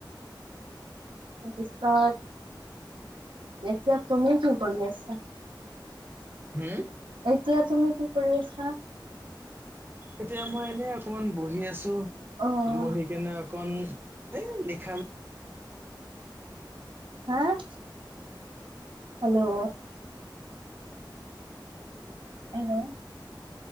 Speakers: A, on the right (about 80°); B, on the right (about 25°).
A: তাৰ পিছত এতিয়া তুমি কি কৰি আছা।
B: হম
A: এতিয়া তুমি কি কৰি আছা।
B: এতিয়া মই এনে অকমান বহি আছোঁ।
A: অ',
B: বহি কিনে অকন । এই লিখা মা।
A: অঁ hello. Hello.